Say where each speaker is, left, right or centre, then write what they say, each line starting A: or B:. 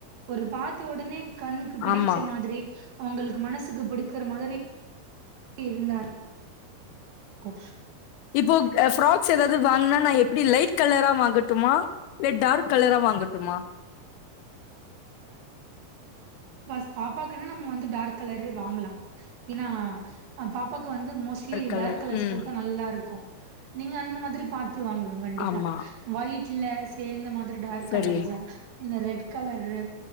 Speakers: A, on the right; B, on the left.
A: ஒரு பாத்த உடனே கண்ணுக்கு பிடிச்ச
B: ஆமா
A: மாதிரி அவங்களுக்கு மனசுக்கு பிடிக்கிற மாதிரி இருந்தார் கு
B: இப்போ ஃப்ராக்ஸ் எதாவது வாங்குனா எப்படி லைட் கலரா வாங்கட்டுமா இல்ல டார்க் கலரா வாங்கட்டுமா
A: பஸ்ட் பாப்பாக்குன்னா நம்ம வந்து டார்க் கலரே வாங்கலா ஏன்னா பாப்பாக்கு வந்து மோஸ்ட்லி
B: கலர்
A: டார்க் கலர்ஸ்
B: ம்
A: போட்டா நல்லாருக்கு நீங்க அந்த மாதிரி பாத்து வாங்குங்க கண்டிப்பா
B: ஆமா
A: மைட்ல சேர்ந்த மாதிரி டார்க்
B: சரி
A: கலர்ஸா இந்த ரெட் கலரு